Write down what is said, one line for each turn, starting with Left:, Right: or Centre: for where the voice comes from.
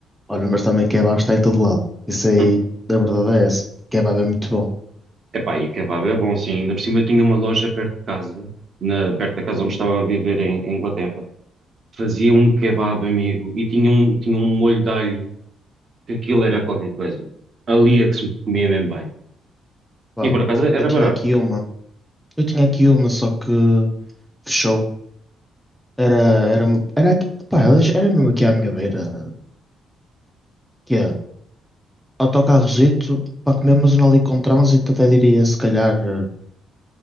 Centre: Olha, mas também kebab está em todo lado. Isso aí,
Right: Hum.
Centre: da verdade é essa. Kebab é muito bom.
Right: Epá, e kebab é bom, sim. Ainda por cima eu tinha uma loja perto de casa, na, perto da casa onde estava a viver em, em Inglaterra. Fazia um kebab, amigo, e tinha um, tinha um molho de alho, que aquilo era qualquer coisa. Ali é que se comia mesmo bem.
Centre: Pá,
Right: E por acaso
Centre: eu
Right: era
Centre: tinha
Right: barato.
Centre: aqui uma. Eu tinha aqui uma, só que fechou. Era, era uma. Era, aqui- pá, era mesmo aqui à minha beira. que é autocarrozito para comer, mas não ali com trânsito, até diria se calhar eh,